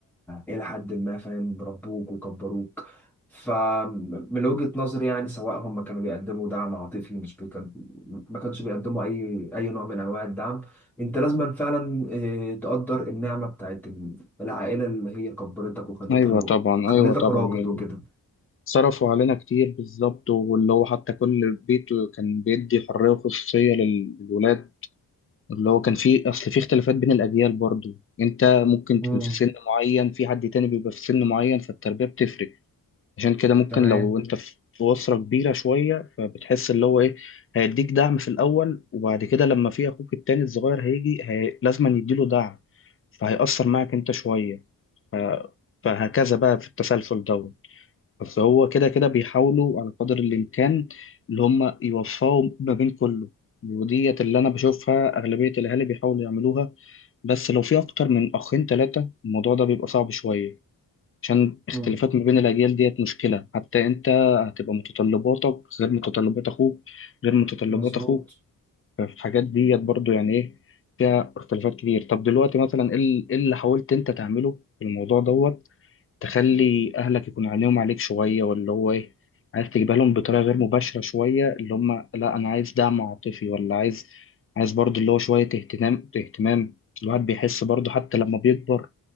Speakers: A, in the centre; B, on the left (about 35°).
A: الى حد ما فاهم ربوك وكبروك فمن وجهة نظري يعني سواء هم كانوا بيقدموا دعم عاطفي مش بيكن... ما كانش بيقدموا اي اي نوع من انواع الدعم انت لازم فعلا آه، تقدر النعمة بتاعت العائلة اللي هي كبرتك وخلتك
B: أيوه
A: را-
B: طبعا
A: خلتك
B: أيوه طبعا
A: راجل
B: يعني
A: وكده
B: صرفوا علينا كتير بالظبط واللي هو حتى كل بيت كان بيدي حرية وخصوصية للولاد اللي هو كان في اصل في اختلافات بين الاجيال برضو انت ممكن
A: امم
B: تكون في سن معين في حد تاني بيبقى في سن معين فالتربيه بتفرق عشان كده ممكن
A: تمام
B: لو انت في في اسره كبيره شويه فبتحس اللي هو ايه هيديك دعم في الاول وبعد كده لما في اخوك التاني الصغير هيجي هي... لازم يديله دعم فهيأثر معك انت شويه ف... فهكذا بقى في التسلسل ده بس هو كده كده بيحاولوا على قدر الإمكان اللي هم يوفقوا ما بين كله وديت اللي أنا بشوفها أغلبية الأهالي بيحاولوا يعملوها بس لو في أكتر من أخين تلاتة الموضوع ده بيبقى صعب شوية عشان اختلافات
A: امم
B: ما بين الأجيال ديت مشكلة حتى أنت هتبقى متطلباتك غير متطلبات أخوك غير متطلبات
A: مظبوط
B: أخوك فالحاجات ديت برضو يعني إيه فيها اختلافات كتير طب دلوقتي مثلا إيه إيه اللي حاولت أنت تعمله في الموضوع دوت تخلي اهلك يكون عينيهم عليك شويه واللي هو ايه عايز تجيبها لهم بطريقه غير مباشره شويه اللي هم لا انا عايز دعم عاطفي ولا عايز عايز برضه اللي هو شويه اهتمام اهتمام الواحد بيحس برضه حتى لما بيكبر